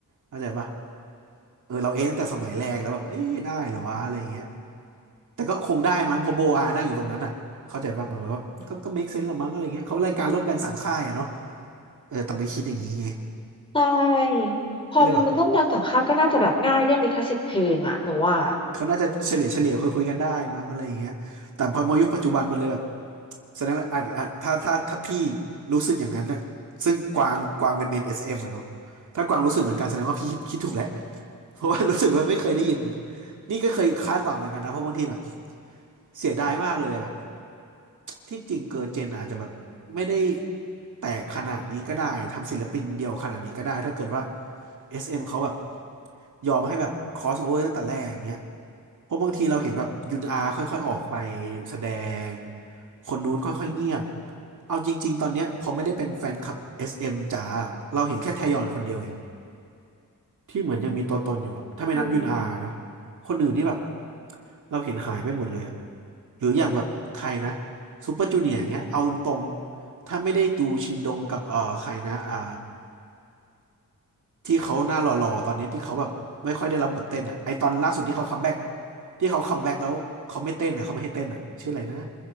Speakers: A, on the right; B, on the left.
A: เข้าใจปะเออเราเอ๊ะตั้งแต่สมัยแรกแล้วแบบเอ๊ะได้เหรอวะอะไรอย่างเงี้ย แต่ก็คงได้มั้งเพอโบอานั่งอยู่ตรงนั้นอ่ะเข้าใจบ้ามัหมว่าก็ก็ make sense ละมั้งอะไรเงี้ยเขารายการร่วมกันสามค่ายอะเนาะเออตอนนั้นคิดอย่างนี้ไง
B: ใช่พอมันเป็นร่วมงานสัมภาษณ์ก็น่าจะแบบง่ายเรื่องลิขสิทธิ์เพลงอะหนูว่า
A: ก็เลยแบบเขาน่าจะเฉลี่ยเฉลี่ยคุยคุยกันได้มั้งอะไรอย่างเงี้ยแต่พอมายุคปัจจุบันมันเลยแบบแสดงว่าอ่ะอ่ะถ้าถ้าถ้าพี่รู้สึกอย่างนั้นน่ะซึ่งกวางกวางเป็นเมนเอสเอ็มอะเนาะถ้ากวางรู้สึกเหมือนกันแสดงว่าพี่คิดถูกแล้วเพราะว่า <laughs> รู้สึกว่าไม่เคยได้ยินนี่ก็เคยคาดหวังเหมือนกันนะเพราะบางทีแบบเสียดายมากเลยอะแบบ ที่จริงเกิร์ลเจนอาจจะแบบไม่ได้แตกขนาดนี้ก็ได้ทำศิลปินเดียวขนาดนี้ก็ได้ถ้าเกิดว่า SM เอ็มเขาแบบยอมให้แบบ cross over ตั้งแต่แรกอย่างเงี้ยเพราะบางทีเราเห็นแบบยุนอาค่อยๆออกไปแสดงคนนู้นค่อยๆเงียบเอาจริงๆตอนเนี้ยพอไม่ได้เป็นแฟนคลับ SM จ๋าเราเห็นแค่แทยอนคนเดียวเอง ที่เหมือนยังมีตัวตนอยู่อะถ้าไม่นับยุนอานะ
B: อืม
A: คนอื่นนี่แบบเราเห็นหายไปหมดเลยอะหรืออย่างแบบใครนะซูเปอร์จูเนียร์อย่างเงี้ยเอาตรงๆถ้าไม่ได้ดูชินดงกับเอ่อใครนะอ่าที่เขาหน้าหล่อๆตอนเนี้ยที่เขาแบบไม่ค่อยได้รับบทเต้นอะไอตอนล่าสุดที่เขาคัมแบ็กที่เขาคัมแบ็กแล้วเขาไม่เต้นอะเขาไม่ให้เต้นอะชื่ออะไรนะ